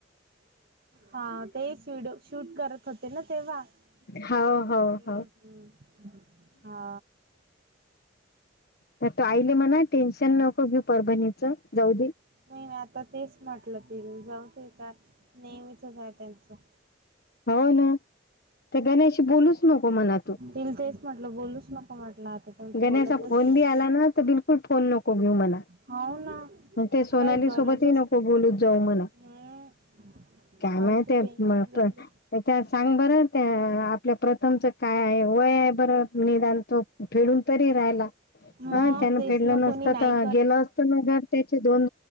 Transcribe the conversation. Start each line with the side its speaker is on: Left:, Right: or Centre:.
Right: हा तेच व्हडओ शूट करत होते ना तेव्हा
Left: होा
Right: हम्म
Left: हो ह
Right: हम्म हा
Left: तर तो आईले म्हणा टेन्शन नको घी परभणीचं जाऊ
Right: मी आता तेच म्हटलं ते जाऊते का नेहमीचच आहे त्यांचं
Left: हो ना ते गणेश बोलूच नको मना तू
Right: तल तेच म्हटलं बोलूच नको म्हटलं पण तू
Left: गण्याचा
Right: बोलतच
Left: फोन
Right: नाही
Left: बी आला ना तर बिलकुल फोन नको घेऊ मला
Right: हो ना
Left: ते सोनाली
Right: काही गरजच
Left: सोबतही नको बोलूत जाऊ म्हणा
Right: हम्म
Left: काम
Right: फालतू
Left: आहे ते
Right: टेन्शन
Left: म
Right: गंज
Left: पण त्या सांग बरं त्या आपल्या प्रथमच काय आहे वय आहे बरं निदान तो फेडून तरी रायला
Right: मग
Left: ह त्यान
Right: तेच
Left: फेडलं
Right: ना
Left: नसत
Right: कोणी नाही
Left: तर गेलं असतं ना घर दो